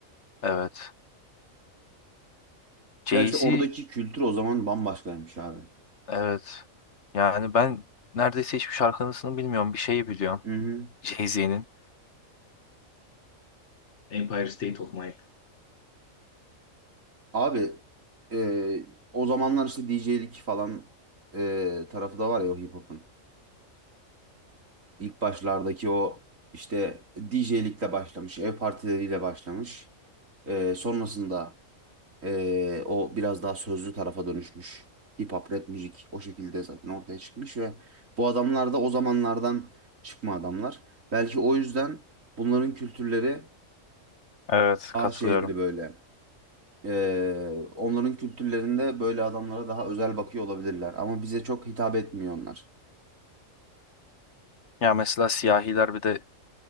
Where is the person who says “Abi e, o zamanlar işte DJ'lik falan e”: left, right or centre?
Right